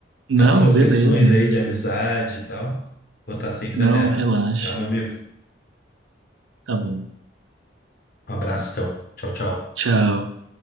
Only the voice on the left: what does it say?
as tuas
questões aí de amizade e tal, vou estar sempre
aberto,
tá, meu amigo?
Um abraço, então. Tchau, tchau.